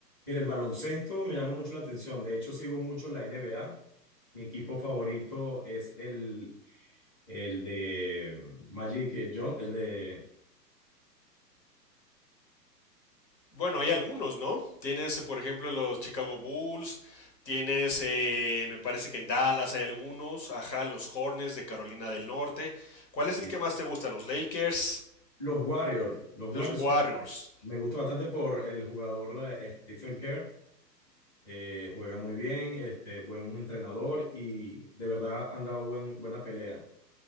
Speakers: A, on the left (about 15°); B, on the left (about 80°).
A: Mira, el baloncesto me llama mucho la atención. De hecho, sigo mucho la NBA. Mi equipo favorito es el, el de Magic eh, John, el de
B: Bueno, hay algunos, ¿no? Tienes, eh, por ejemplo, los Chicago Bulls, tienes, eh, me parece que en Dallas hay algunos, ajá, los Hornets de Carolina del Norte. ¿Cuál es el
A: eh,
B: que más te gusta? ¿Los Lakers?
A: los Warriors. Los
B: ¿Los
A: Warriors
B: Warriors?
A: son- me gusta bastante por el jugador eh, Stephen Kerr. Eh, juega muy bien, este, buen entrenador y de verdad han dado buen, buena pelea.